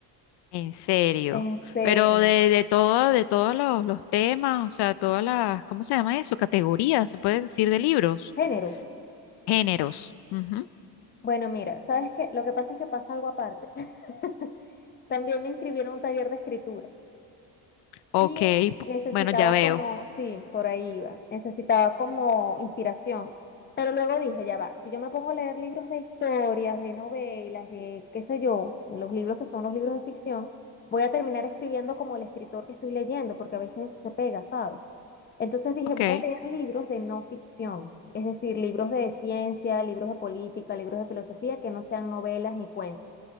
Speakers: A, on the left; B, on the left.
A: en serio.
B: En serio.
A: Pero de, de todo, de todos los, los temas, o sea, todas las, ¿cómo se llama eso? Categorías, se puede decir de libros,
B: Géneros.
A: géneros. Ujú.
B: Bueno, mira, ¿sabes qué? Lo que pasa es que pasa algo aparte. <laughs> También me inscribieron a un taller de escritura.
A: Ok,
B: Y
A: p-
B: necesitaba
A: bueno, ya veo.
B: como, sí, por ahí iba, necesitaba como inspiración. Pero luego dije, ya va, si yo me pongo a leer libros de historias, de novelas, de qué sé yo, los libros que son los libros de ficción, voy a terminar escribiendo como el escritor que estoy leyendo, porque a veces eso se pega, ¿sabes? Entonces dije,
A: Ok.
B: voy a leer libros de no ficción, es decir, libros de ciencia, libros de política, libros de filosofía que no sean novelas ni cuentos.